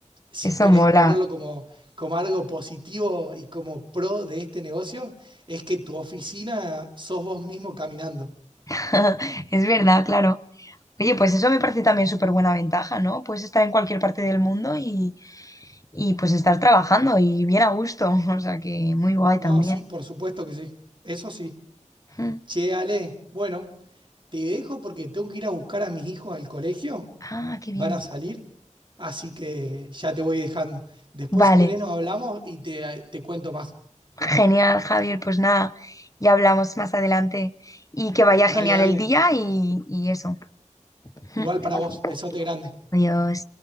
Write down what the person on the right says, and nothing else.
si
querés
ponerlo como, como algo positivo y como pro de este negocio, es que tu oficina sos vos mismo caminando.
No,
sí, por supuesto que sí. Eso sí.
Che, Ale, bueno, te dejo porque tengo que ir a buscar a mis hijos al colegio.
Van
a salir, así que ya te voy dejando. Después,
si querés, nos hablamos y te, te cuento más.
Dale, dale,
un-
igual para vos. Besote grande.